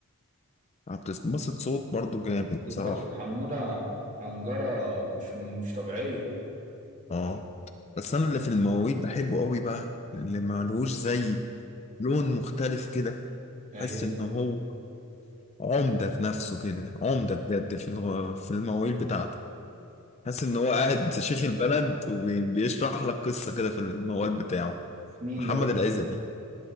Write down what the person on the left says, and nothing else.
آه، بتتبسط صوت برضو جامد
صراحة
اه بس انا اللي في المواويل بحبه قوي بقى اللي ما لهوش زي لون مختلف كده
حس ان هو عمدة في نفسه كده عمدة بجد في الو- في المواويل بتاعته حس ان هو قاعد شيخ البلد وبيشرح لك قصة كده في الموال بتاعه
محمد
العزبي